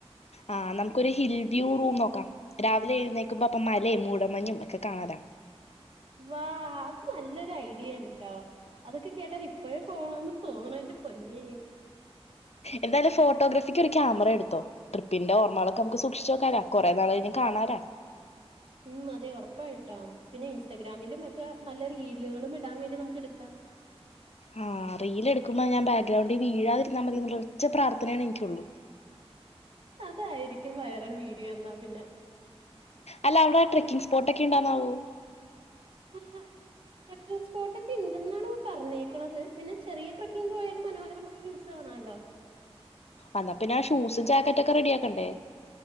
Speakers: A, on the left; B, on the right.
A: ആഹ് നമ്മുക്കൊരു ഹിൽ വ്യൂ റൂം നോക്കാം രാവിലെ എഴുന്നേക്കുമ്പോ അപ്പൊ മലയും മൂടൽമഞ്ഞും ഒക്കെ കാണാലോ
B: വാ അത് നല്ലൊരു ഐഡിയാണട്ടോ അതൊക്കെ കേട്ടാൽ ഇപ്പോഴേ പോണംന്ന് തോന്നണ് ന്റെ പൊന്നെ
A: എന്തായാലു ഫോട്ടോഗ്രാഫിക്ക് ഒരു ക്യാമറ എടുത്തോ ട്രിപ്പിന്റെ ഓർമ്മകളൊക്കെ നമുക്ക് സൂക്ഷിച്ച് വെക്കാലോ കുറേ നാൾ എപ്പോ വേണേ കാണാലോ
B: <inaudible> ഉം അതെ ഉറപ്പായിട്ടാ പിന്നെ ഇൻസ്റ്റാഗ്രാമില്മറ്റേ നല്ല റീലുകളും ഇടാൻ വേണ്ടി നമുക്ക് എടുക്കാം <inaudible>
A: ആ റീലെടുക്കുമ്പോ ഞാൻ ബാക്ക്ഗ്രൗണ്ടിൽ വീഴാതിരുന്നാ മതി എന്നുള്ളരൊറ്റ പ്രാർഥനാണ് എനിക്കുള്ളു
B: അതായിരിക്കും വൈറൽ വീഡിയോ എന്നാ പിന്നെ
A: അല്ല അവിടെ ട്രെക്കിങ് സ്പോട്ടൊക്കെ ഇണ്ടാന്നാവോ
B: <unintelligible> ട്രേക്കിങ് സ്പോട്ടൊക്കെ ഇണ്ടെന്നാണ് പറഞ്ഞേക്കണത് പിന്നെ ചെറിയ ട്രക്കിങ് പോയാലും മനോഹരമായ വ്യൂസ് കാണാലൊ. <inaudible>
A: എന്നാ പിന്നെ ആ ഷൂസും ജാക്കറ്റൊക്കെ റെഡി ആക്കണ്ടേ